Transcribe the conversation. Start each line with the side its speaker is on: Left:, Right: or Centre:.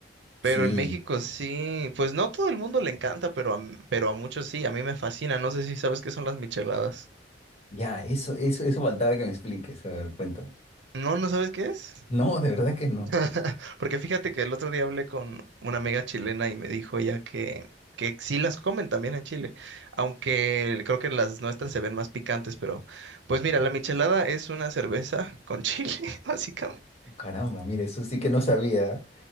Left: Sí,
Right: Pero en México sí, pues no todo el mundo le encanta, pero a, m- pero a muchos sí, a mí me fascina. No sé si sabes qué son las micheladas.
Left: ya, eso, eso, eso faltaba que me expliques. A ver, cuéntame.
Right: No, ¿no sabes qué es?
Left: No, de verdad que no.
Right: <laughs> Porque fíjate que el otro día hablé con una amiga chilena y me dijo ella que, que sí las comen también en Chile, aunque creo que las nuestras se ven más picantes, pero pues mira, la michelada es una cerveza con chile, <laughs> básicamente.
Left: Caramba, mira, eso sí que no sabía.